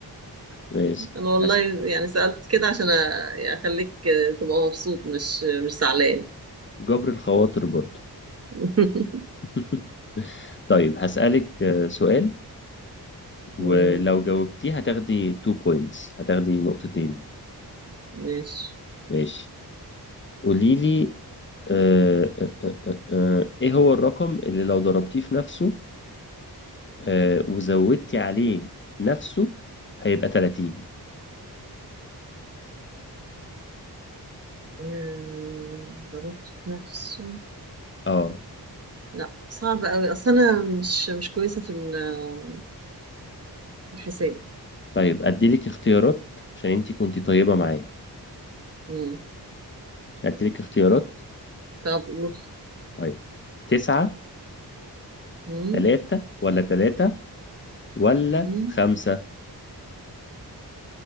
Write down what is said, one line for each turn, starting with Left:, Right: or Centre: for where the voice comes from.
Left: ماشي
Right: انا والله
Left: هس...
Right: يعني سألت كده عشان أ- يعني اخليك تبقى مبسوط مش مش زعلان
Left: جبر الخواطر برضو
Right: <laughs>
Left: <laughs> طيب هسألك آه، سؤال ولو
Right: مم،
Left: جاوبتيه هتاخدي 2 بوينتس هتاخدي نقطتين
Right: ماشي
Left: ماشي قولي لي آه، آه، آه، آه، آه، ايه هو الرقم اللي لو ضربتيه في نفسه آه، وزودتي عليه نفسه هيبقى 30
Right: آم، ضربت في نفسه
Left: اه
Right: لا صعب قوي اصل انا مش مش كويسة في ال- في الحساب
Left: طيب اديلك اختيارات عشان انت كنتي طيبة معايا
Right: مم.
Left: هديلك اختيارات
Right: طب قول
Left: طيب تسعة
Right: مم،
Left: تلاتة ولا تلاتة ولا
Right: مم،
Left: خمسة